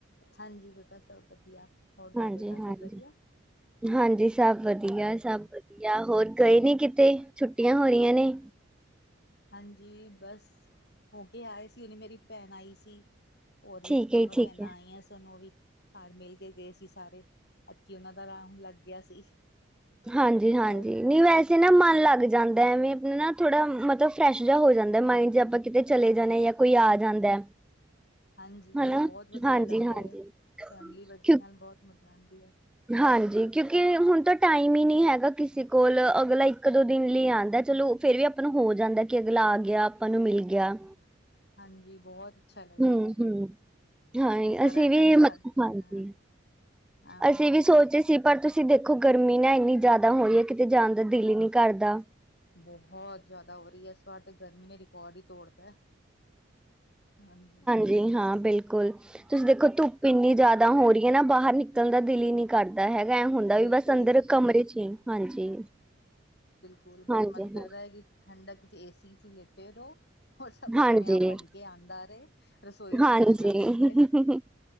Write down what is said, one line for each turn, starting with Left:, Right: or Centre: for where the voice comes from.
Left: ਹਾਂਜੀ, ਬੇਟਾ ਸਭ ਵਧੀਆ, ਹੋਰ ਤੁਹਾਡੇ
Centre: ਹਾਂਜੀ
Left: ਘਰ
Centre: ਹਾਂਜੀ
Left: ਸਭ ਵਧੀਆ?
Centre: ਹਾਂਜੀ ਸਭ ਵਧੀਆ, ਸਭ ਵਧ ਜਾਂ ਹੋਰ ਗਏ ਨੀ ਕਿਤੇ, ਛੁੱਟੀਆਂ ਹੋ ਰਹੀਆਂ ਨੇ।
Left: ਹਾਂਜੀ ਬਸ, ਹੋ ਕੇ ਆਏ ਸੀ, ਉਹਨੇ ਮੇਰੀ ਭੈਣ ਆਈ ਸੀ ਸੀ, ਹੋਰ ਵੀ
Centre: ਠੀਕ
Left: ਦੋਨੋ
Centre: ਹੈ ਠੀਕ
Left: ਭੈਣਾਂ
Centre: ਹੈ ਹਾਂ
Left: ਆਈਆਂ ਸਨ, ਉਹ ਵੀ ਘਰ ਮਿਲ ਕੇ ਗਏ ਸੀ ਸਾਰੇ। ਅੱਚ, ਉਹਨਾਂ ਦਾ ਰਾਊਡ ਲੱਗ ਗਿਆ ਸੀ।
Centre: ਹਾਂਜੀ-ਹਾਂਜੀ।
Left: ਹੋਰ
Centre: ਨਹੀਂ ਵੈਸੇ ਨਾ ਮਨ ਲੱਗ ਜਾਂਦਾ, ਐਵੇਂ ਆਪਣਾ ਨਾ ਥੋੜਾ ਮਤਲਬ ਫਰੈਸ਼ ਜਿਹਾ ਹੋ ਜਾਂਦਾ, ਮਾਇੰਡ ਜੇ ਆਪਾਂ ਕਿਤੇ ਚਲੇ ਜਾਣੇ ਜਾਂ ਕੋਈ ਆ ਜਾਂਦਾ
Left: ਹਾਂਜੀ,
Centre: ਹਨਾ,
Left: ਬਹੁਤ ਵਧੀਆ
Centre: ਹਾਂਜੀ-ਹਾਂਜੀ।
Left: ਲੱਗਦਾ ਏ। ਫੈਮਿਲੀ ਵੱਡੀ
Centre: ਕਿਉਂ
Left: ਨਾਲ ਬਹੁਤ ਮਜ਼ਾ ਆਂਦੀ ਏ।
Centre: ਹਾਂਜੀ ਕਿਉਂਕਿ, ਹੁਣ ਤਾਂ ਟਾਈਮ ਈ ਨੀ ਹੈਗਾ ਕਿਸੇ ਕੋਲ੍ਹ। ਅਗਲਾ ਇੱਕ-ਦੋ ਦਿਨ ਲਈ ਆਂਦਾ ਚਲੋ, ਫੇਰ ਵੀ ਆਪਾਂ ਨੂੰ ਹੋ ਜਾਂਦਾ ਕਿ ਅਗਲਾ ਆ ਗਿਆ, ਆਪਾਂ ਨੂੰ ਮਿਲ ਗਿਆ
Left: ਹਾਂਜੀ ਬਹੁਤ ਅੱਛਾ ਲੱਗਦਾ
Centre: ਹੁੰ-ਹੂੰ।
Left: ਹੈ।
Centre: ਹਾਂਜੀ,
Left: ਤੇ ਸਾਰਾ
Centre: ਅਸੀਂ ਵੀ
Left: ਟਾਈਮ ਸਰ
Centre: ਮਤ ਹਾਂਜੀ,
Left: ਹਾਂ ਹਾਂ
Centre: ਅਸੀਂ ਵੀ ਸੋਚਦੇ ਸੀ ਪਰ ਤੁਸੀਂ ਦੇਖੋ, ਗਰਮੀ ਨਾ ਇੰਨੀ ਜ਼ਿਆਦਾ ਹੋ ਰੀ ਐ, ਕਿਤੇ ਜਾਣ ਦਾ ਦਿਲ ਈ ਨਹੀਂ ਕਰਦਾ।
Left: ਬਹੁਤ ਜ਼ਿਆਦਾ ਹੋ ਰਹੀ ਹੈ, ਇਸ ਵਾਰ ਤੇ ਗਰਮੀ ਨੇ ਰਿਕਾਰਡ ਈ ਤੋੜਤਾ ਹਾਂਜੀ।
Centre: ਜੀ ਹਾਂ ਬਿਲਕੁਲ, ਤੁਸੀਂ ਦੇਖੋ ਧੁੱਪ ਇੰਨੀ ਜ਼ਿਆਦਾ ਹੋ ਰੀਐ ਨਾ, ਬਾਹਰ ਨਿਕਲਣ ਦਾ ਦਿਲ ਈ ਨੀ ਕਰਦਾ ਹੈਗਾ, ਐ ਹੁੰਦਾ
Left: ਬਿਲਕੁਲ
Centre: ਵੀ ਬਸ ਅੰਦਰ
Left: ਵੀ
Centre: ਕਮਰੇ 'ਚ ਈ, ਹਾਂਜੀ।
Left: ਸਕੂਲ ਬਸ
Centre: ਹਾਂਜੀ
Left: ਮਨ ਕਰਦਾ
Centre: ਹਾਂ
Left: ਕਿ ਠੰਡਕ 'ਚ ਏਸੀ 'ਚ ਲੇਟੇ ਰਹੋ, ਔਰ ਸਭ ਆਪਣੇ-ਆਪ
Centre: ਹਾਂਜੀ
Left: ਬਣ ਕੇ ਆਂਦਾ ਰਹੇ। ਰਸੋਈ 'ਚ
Centre: ਹਾਂਜੀ
Left: ਵੀ ਨਾ ਜਾਣਾ ਪਏ।